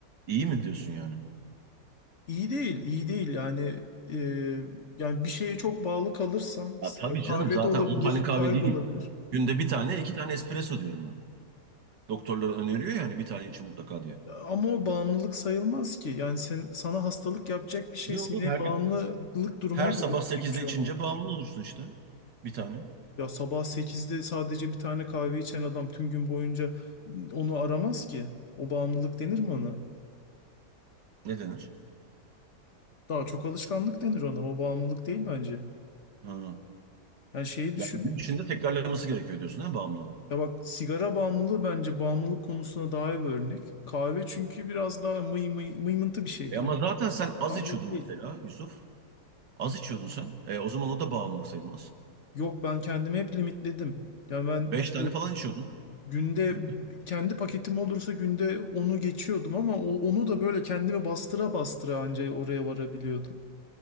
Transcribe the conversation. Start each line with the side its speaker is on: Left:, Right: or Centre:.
Right: İyi mi diyorsun yani?
Left: İyi değil, iyi değil. Yani e, yani bir şeye çok bağlı kalırsan,
Right: Ya tabii
Left: ya kahve
Right: canım zaten
Left: de olabilir,
Right: 10 tane kahve
Left: çay
Right: değil.
Left: da olabilir.
Right: Günde bir tane, iki tane espresso diyorum ben. Doktorlar öneriyor yani bir tane için mutlaka diyor.
Left: Ama o bağımlılık sayılmaz ki. Yani sen, sana hastalık yapacak bir şey
Right: Niye
Left: seni
Right: oğlum her
Left: bağımlılık
Right: gün
Left: durumuna
Right: her
Left: kadar
Right: sabah
Left: götürecek
Right: sekizde
Left: bir şey
Right: içince
Left: olmalı.
Right: bağımlı olursun işte. Bir tane.
Left: Ya sabah sekizde sadece bir tane kahve içen adam tüm gün boyunca onu aramaz ki. O bağımlılık denir mi ona?
Right: Ne denir?
Left: Daha çok alışkanlık denir ona. O bağımlılık değil bence.
Right: Ha.
Left: Yani şeyi düşün.
Right: Yani gün içinde tekrarlaması gerekiyor diyorsun ha bağımlılığın.
Left: Ya bak sigara bağımlılığı bence bağımlılık konusuna daha iyi bir örnek. Kahve çünkü biraz daha mıy mıy, mıymıntı bir şey.
Right: E
Left: ya
Right: ama zaten sen az
Left: bağımlılık
Right: içiyordun
Left: değil.
Right: mesela Yusuf. Az içiyordun sen. E, o zaman o da bağımlılık sayılmaz.
Left: Yok ben kendimi hep limitledim. Yani ben
Right: Beş tane falan içiyordun
Left: günde
Right: günde.
Left: kendi paketim olursa günde onu geçiyordum ama o- onu da böyle kendimi bastıra bastıra anca oraya varabiliyordum.